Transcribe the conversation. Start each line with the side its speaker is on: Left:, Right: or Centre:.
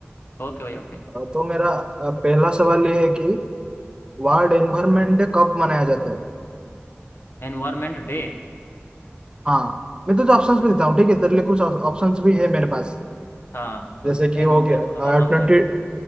Left: ओके भाई ओके
Right: अ, तो मेरा अ, पहला सवाल ये है कि वर्ल्ड एनवायरनमेंट डे कब मनाया जाता है
Left: Environment day
Right: हाँ मैं तुझे ऑप्शंस भी देता हूँ ठीक है तेरे लिए कुछ ऑप्शंस भी है मेरे पास
Left: हाँ हाँ
Right: जैसे कि
Left: एन
Right: हो
Left: वो
Right: गया
Left: थोड़ा आसान हो
Right: ट्वेंटी
Left: जाएगा